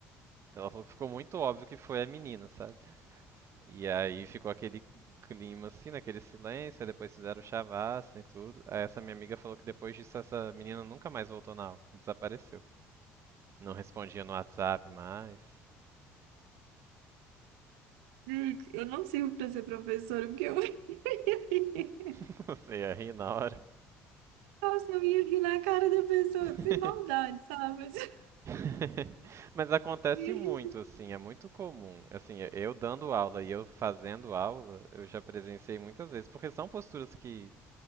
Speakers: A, on the right; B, on the right.
A: ela falou que ficou muito óbvio que foi a menina, sabe? E aí ficou aquele clima assim, naquele silêncio, aí depois fizeram chavasca e tudo. Aí essa minha amiga falou que depois disso essa menina nunca mais voltou na aula, desapareceu. Não respondia no WhatsApp mais,
B: Gente, eu não sirvo para ser professora, porque eu... <laughs>
A: <laughs> você ia rir na hora.
B: Nossa, eu ia rir na cara da pessoa,
A: <laughs>
B: sem maldade, sabe? Mas eu
A: <laughs> Mas acontece
B: ia
A: muito,
B: rir.
A: assim, é muito comum. Assim, eu eu dando aula e eu fazendo aula, eu já presenciei muitas vezes, porque são posturas que,